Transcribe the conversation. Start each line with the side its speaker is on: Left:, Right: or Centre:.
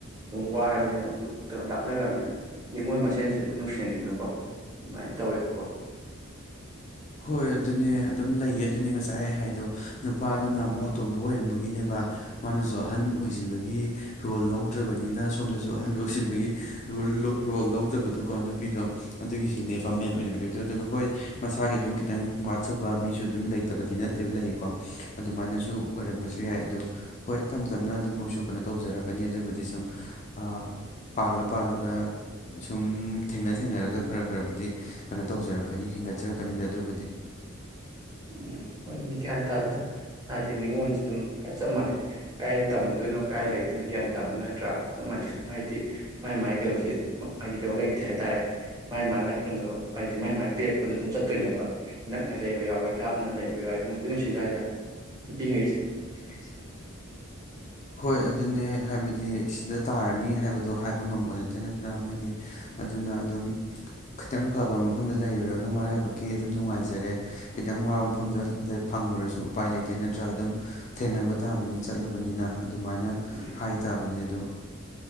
Right: ꯑꯗꯨꯝ ꯋꯥꯔꯕꯅꯤꯅ ꯑꯗꯨꯝ ꯀꯩꯅꫭꯝ ꯂꯥꯞꯅꯈ꯭ꯔꯕꯅꯤꯅ ꯅꯤꯡꯉꯣꯏ ꯃꯁꯦꯟꯁꯦ ꯑꯗꯨꯝ ꯅꯨꯡꯁꯤꯅꯩꯗꯅꯀꯣ꯫ ꯑꯗꯨꯃꯥꯏꯅ ꯇꯧꯋꯦꯕꯀꯣ꯫
Left: ꯍꯣꯏ ꯑꯗꯨꯅꯦ ꯑꯗꯨꯝ ꯂꯩꯌꯦ ꯑꯗꯨꯅꯦ ꯉꯁꯥꯏ ꯑꯩ ꯍꯥꯏꯗꯣ ꯅꯨꯄꯥꯗꯨꯅ ꯑꯃꯨꯛ ꯑꯇꯣꯝꯕ ꯑꯣꯏꯔꯝꯕꯒꯤꯅꯦꯕ꯫ ꯃꯥꯅꯁꯨ ꯑꯍꯟ ꯑꯣꯏꯁꯤꯟꯕꯒꯤ ꯔꯣꯜ ꯂꯧꯗ꯭ꯔꯕꯅꯤꯅ ꯁꯣꯝꯗꯁꯨ ꯑꯍꯟ ꯂꯧꯁꯤꯟꯕꯒꯤ ꯔꯣꯜ ꯂꯧꯗꯕꯗꯨꯀꯣ ꯅꯨꯄꯤꯗꯣ ꯑꯗꯨꯒꯤꯁꯨꯅꯦꯕ ꯃꯦꯟ ꯑꯣꯏꯅ ꯑꯣꯏꯗꯣꯏꯗꯣ ꯑꯗꯨꯒ ꯍꯣꯏ ꯃꯁꯥ ꯏꯁꯥꯒꯤ ꯑꯗꯨꯝ ꯈꯤꯇꯪ ꯋꯥꯠꯆꯕ ꯃꯤꯁꯨ ꯑꯗꯨꯝ ꯂꯩꯇꯕꯗꯤ ꯅꯠꯇꯦꯕ ꯂꯩꯀꯣ ꯑꯗꯨꯃꯥꯏꯅꯁꯨ ꯑꯣꯏꯔꯝꯕꯁꯨ ꯌꯥꯏ ꯑꯗꯣ ꯍꯣꯏ ꯇꯝ ꯇꯝꯅ ꯑꯗꯨꯝ ꯃꯣꯏꯁꯨ ꯀꯩꯅꯣ ꯇꯧꯖꯔꯛꯀꯅꯤ ꯑꯗꯨꯕꯨꯗꯤ ꯁꯨꯝ ꯑꯥ ꯄꯥꯜꯂ ꯄꯥꯜꯂꯒ ꯁꯨꯝ ꯊꯦꯡꯅ ꯊꯦꯡꯅꯔꯒ ꯈꯔ ꯈꯔꯕꯨꯗꯤ ꯀꯩꯅꯣ ꯇꯧꯖꯔꯛꯀꯅꯤ ꯍꯦꯟꯒꯠꯆꯔꯛꯀꯅꯤꯗ ꯑꯗꯨꯕꯨꯗꯤ
Right: ꯎꯝ ꯍꯣꯏꯅꯤ ꯒꯌ꯭ꯥꯟ ꯇꯥꯗꯦꯗ ꯍꯥꯏꯗꯤ ꯅꯤꯉꯣꯟꯁꯨ ꯑꯗꯨꯝ ꯆꯞ ꯃꯥꯟꯅꯩ ꯀꯥꯏꯗ ꯇꯝꯃꯨꯗꯣꯏꯅꯣ ꯀꯥꯏ ꯂꯩ ꯑꯗꯨꯅ ꯒ꯭ꯌꯥꯟ ꯇꯥꯕꯅꯣ ꯅꯠꯇ꯭ꯔꯥ ꯆꯞ ꯃꯥꯟꯅ ꯑꯗꯨꯝ ꯍꯥꯏꯗꯤ ꯃꯥꯥꯏ ꯃꯥꯏ ꯀꯩꯅꯣꯁꯦ ꯍꯥꯏꯗꯤ ꯀꯩꯅꯣ ꯂꯩ ꯍꯥꯏꯇꯥꯔꯦ ꯃꯥꯥꯏ ꯃꯥꯅ ꯀꯩꯅꯣ ꯍꯥꯏꯗꯤ ꯃꯥꯏ ꯃꯥꯅ ꯄꯤꯔꯛꯄꯗꯣ ꯑꯗꯨꯝ ꯆꯠꯇꯣꯏꯅꯦꯕ ꯅꯛꯅ ꯂꯩꯕ ꯌꯥꯎꯋ ꯂꯥꯞꯅ ꯂꯩꯕ ꯌꯥꯋ ꯅꯪꯕꯨꯗꯤ ꯅꯨꯡꯁꯤꯖꯥꯠꯅꯤꯗ ꯅꯨꯄꯤ ꯉꯩꯁꯦ
Left: <unintelligible> ꯍꯣꯏ ꯑꯗꯨꯅꯦ ꯍꯥꯏꯕꯗꯤ ꯁꯤꯗ ꯇꯥꯔꯅꯤ ꯍꯥꯏꯕꯗꯣ ꯍꯥꯏꯕ ꯉꯝꯕ ꯅꯠꯇꯦ ꯈꯔ ꯃꯣꯏꯗꯤ ꯑꯗꯨꯅ ꯑꯗꯨꯝ ꯈꯤꯇꯪ ꯐꯕ ꯃꯐꯝꯗ ꯂꯩꯔꯨꯔꯒ ꯃꯔꯥꯏꯕꯛꯀꯤ ꯑꯗꯨꯝ ꯅꯨꯡꯉꯥꯏꯖꯔꯦ ꯈꯤꯇꯪ ꯋꯥꯕ ꯃꯐꯝꯗ ꯐꯪꯉꯨꯔꯁꯨ ꯎꯄꯥꯏ ꯂꯩꯇꯦ ꯅꯠꯇ꯭ꯔ ꯑꯗꯨꯝ ꯊꯦꯡꯅꯕ ꯇꯥꯕꯅꯤ ꯆꯠꯂꯕꯅꯤꯅ ꯑꯗꯨꯃꯥꯏꯅ
Right: ꯎꯝ
Left: ꯍꯥꯏ ꯇꯥꯕꯅꯤ ꯑꯗꯣ